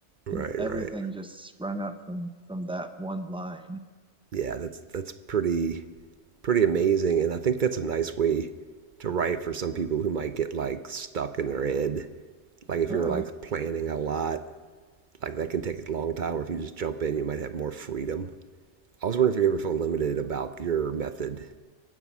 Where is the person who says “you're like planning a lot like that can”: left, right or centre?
Right